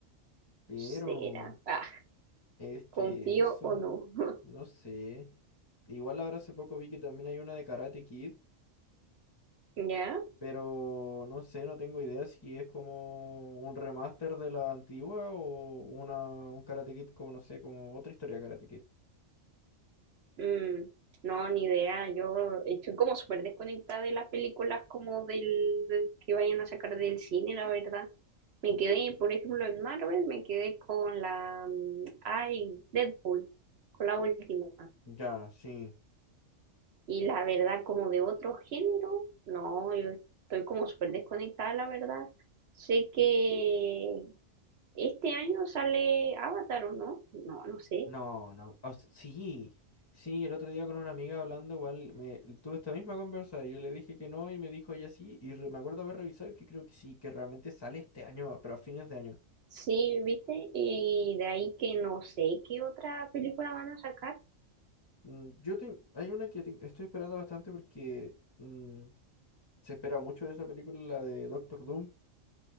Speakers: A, on the left; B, on the right.
A: Pero
B: será. Ah,
A: es que
B: confío
A: eso,
B: o no, <laughs>
A: no sé. Igual ahora hace poco vi que también hay una de Karate Kid,
B: ¿ya?
A: pero no sé, no tengo idea si es como un remaster de la antigua o una, un Karate Kid como, no sé, como otra historia de Karate Kid.
B: Mm, no, ni idea, yo estoy como súper desconectada de las películas como del, del que vayan a sacar del cine, la verdad. Me quedé, por ejemplo, en Marvel, me quedé con la, mm, ay, Deadpool, con la última.
A: Ya, sí.
B: Y la verdad, como de otro género, no, yo estoy como súper desconectada, la verdad. Sé que este año sale Avatar, ¿o no? No, no sé.
A: No, no. o s- sí, sí, el otro día con una amiga hablando, igual me, tuve esta misma conversa. Yo le dije que no y me dijo ella sí. Y re- me acuerdo haber revisado y que creo que sí, que realmente sale este año, pero a fines de año.
B: Sí, ¿viste? Y de ahí que no sé qué otra película van a sacar.
A: Mm, Yo ten- hay una que ten- estoy esperando bastante porque mm, se espera mucho de esa película, la de Doctor Doom,